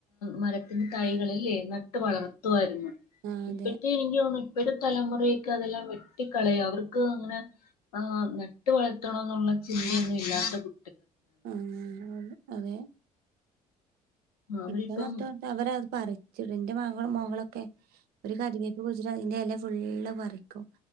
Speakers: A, on the left (about 80°); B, on the right (about 55°).
A: മരത്തിന്റെ തൈകളല്ലേ നട്ട് വളർത്തുവാരുന്ന്
B: ആഹ്
A: ഇപ്പഴ്ത്തെ
B: അതെ
A: എനിക്ക് തോന്ന് ഇപ്പഴ്ത്തെ തലമുറേക്ക് അതെല്ലാം വെട്ടിക്കളയുവാ അവർക്ക് അങ്ങനെ ആ നട്ട് വളർത്തനോന്നുള്ള ചിന്തയൊന്നും ഇല്ലാത്ത കു
B: <unintelligible> അതെ
A: അവരിപ്പം
B: ഇപ്പ നട്ട് വളത്തിയ അവര് അത് പറയ് ചെടിന്റെ മകളും മകളൊക്കെ ഒരു കറിവയ്പ് കൊഴിച്ചിട്ട് അതിന്റെ ഇല ഫുള്ള് പറി പോ